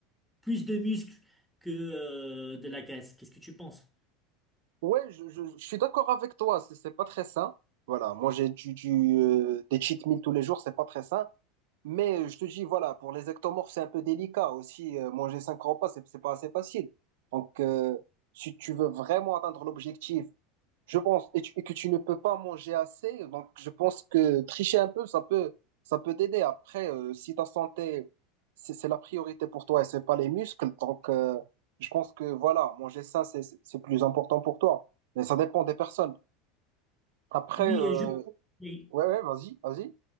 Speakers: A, in the centre; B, on the right (about 80°).
A: plus de muscles que euh, de la graisse. Qu'est-ce que tu penses?
B: Ouais, je, je, je suis d'accord avec toi, c'est c'est pas très sain. Voilà, manger du, du, euh, des cheat meals tous les jours, c'est pas très sain. Mais euh, je te dis, voilà, pour les ectomorphes, c'est un peu délicat aussi. euh, manger cinq repas, c'est c'est pas assez facile. Donc, euh, si tu veux vraiment atteindre l'objectif Je pense, et, tu- et que tu ne peux pas manger assez, donc je pense que tricher un peu, ça peut, ça peut t'aider. Après, euh, si ta santé, c'est c'est la priorité pour toi et c'est pas les muscles, donc euh, je pense que voilà, manger sain, c'est c'est- c'est plus important pour toi. Mais ça dépend des personnes. Après,
A: Oui,
B: euh,
A: et je, oui,
B: ouais, ouais, vas-y, vas-y.